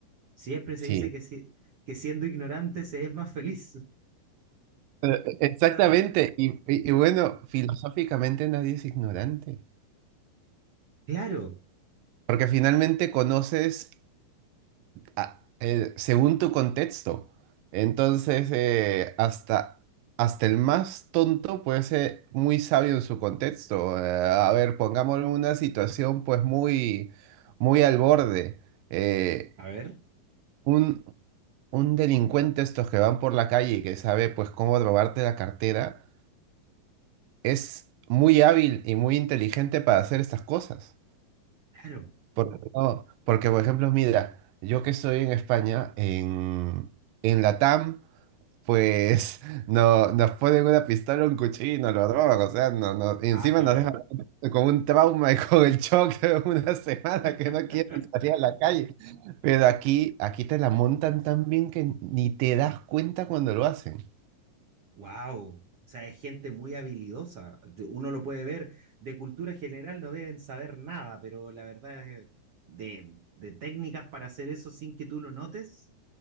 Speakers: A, on the right; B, on the right.
A: Siempre se
B: Sí.
A: dice que, si- que siendo ignorante se es más feliz.
B: Eh, Exactamente.
A: <laughs>
B: Y, y y bueno, filosóficamente nadie es ignorante,
A: Claro,
B: porque finalmente conoces a- eh, según tu contexto. Entonces, eh, hasta, hasta el más tonto puede ser muy sabio en su contexto. Eh, a ver, pongámoslo en una situación pues muy, muy al borde. Eh,
A: a ver,
B: un, un delincuente estos que van por la calle y que sabe pues cómo robarte la cartera, es muy hábil y muy inteligente para hacer estas cosas.
A: claro.
B: Porque, no, porque por ejemplo, mira, yo que estoy en España, en, en Latam pues <laughs> no, nos ponen una pistola, un cuchillo y nos lo drogan, o sea, no, no, y
A: Ah,
B: encima
A: claro.
B: nos dejan <laughs> con un trauma y con el shock de una <laughs> semana
A: <laughs>
B: que no quieren salir a la calle. Pero aquí, aquí te la montan tan bien que ni te das cuenta cuando lo hacen.
A: Wow. O sea, es gente muy habilidosa. Uno lo puede ver. De cultura general no deben saber nada, pero la verdad es de, de técnicas para hacer eso sin que tú lo notes.